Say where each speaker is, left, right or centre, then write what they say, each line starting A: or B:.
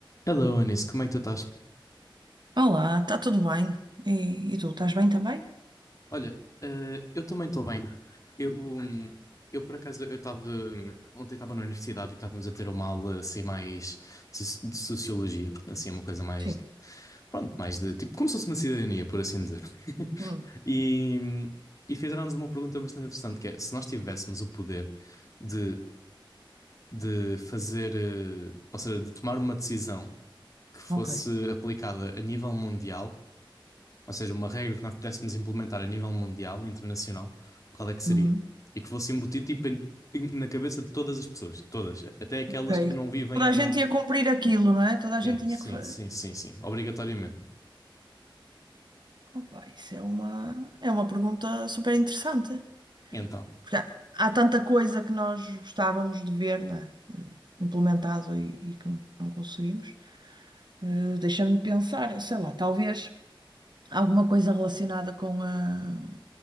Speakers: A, on the left; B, on the right.
A: Hello, Anis, como é que tu estás?
B: Olá, está tudo bem? E, e tu, estás bem também?
A: Olha, eh, eu também estou bem. Eu, hum, eu por acaso, eu estava, ontem estava na universidade e estávamos a ter uma aula assim mais de, so- de sociologia, assim uma coisa mais,
B: Sim.
A: pronto, mais de tipo, como se fosse uma cidadania, por assim dizer. <laughs>
B: Hum,
A: E, e fizeram-nos uma pergunta bastante interessante, que é, se nós tivéssemos o poder de, de fazer, eh, ou seja, de tomar uma decisão que fosse
B: Ok.
A: aplicada a nível mundial, Ou seja, uma regra que nós pudéssemos implementar a nível mundial, internacional, qual é que seria?
B: Uhum.
A: E que fosse embutido tipo, em- em- na cabeça de todas as pessoas, todas, até aquelas
B: ok.
A: que não vivem
B: Toda
A: em.
B: a gente ia cumprir aquilo, não é? Toda a gente
A: Sim,
B: tinha
A: sim,
B: que fazer.
A: sim, sim, sim, obrigatoriamente.
B: Opa, isso é uma, é uma pergunta super interessante.
A: E Então,
B: Porque há, há tanta coisa que nós gostávamos de ver, não é? Eh, Implementado e, e que não conseguimos. Eh, deixa-me pensar, sei lá, talvez alguma coisa relacionada com a,